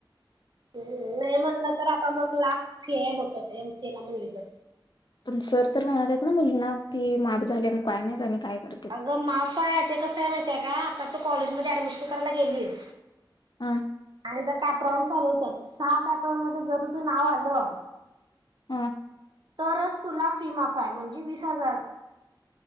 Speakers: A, on the right; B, on the left.
A: <unintelligible> नाई म्हणलं तर आता मग लाख फी आहे बघ आता एम. सी. ए ला म्हणली तर.
B: पण सर तर म्हणनालेत ना मुलींना फी माप झाली मग काय माहिती आणि काय करतेत
A: अगं माफ आहे. ते कस आहे. माहिती ये काय? त तू कॉलेजमध्ये ऍडमिशन करायला गेलीस
B: हा
A: आणि त्या कॅप्रोन चालू होत्यात सहा कॅप्रोन मध्ये जर तु नाव आलं
B: हा
A: तरच तुला फी माफ आहे म्हणजे वीस हजार